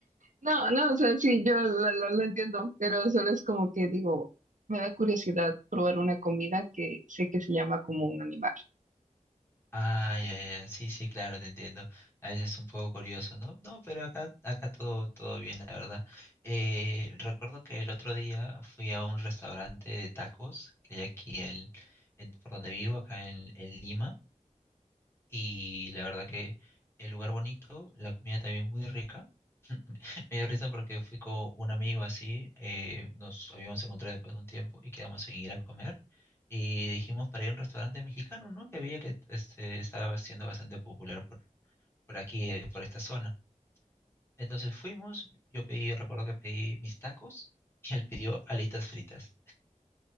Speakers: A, on the right; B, on the left.
A: No, no, o sea, sí, yo lo, lo- lo entiendo, pero solo es como que digo, me da curiosidad probar una comida que sé que se llama como un animal.
B: Ah, ya, ya, ya, sí, sí, claro, te entiendo. A veces es un poco curioso, ¿no? No, pero acá, acá todo, todo bien, la verdad. Eh, recuerdo que el otro día fui a un restaurante de tacos que hay aquí en, en- por donde vivo, acá en en Lima. Y la verdad que el lugar bonito, la comida también muy rica. <laughs> Me dio risa porque fui con un amigo así, eh, nos habíamos encontrado después de un tiempo y quedamos en ir a comer. Y dijimos para ir a un restaurante mexicano, ¿no? Que había que este, estaba siendo bastante popular por, por aquí, eh, por esta zona. Entonces fuimos, yo pedí, recuerdo que pedí mis tacos <laughs> y él pidió alitas fritas.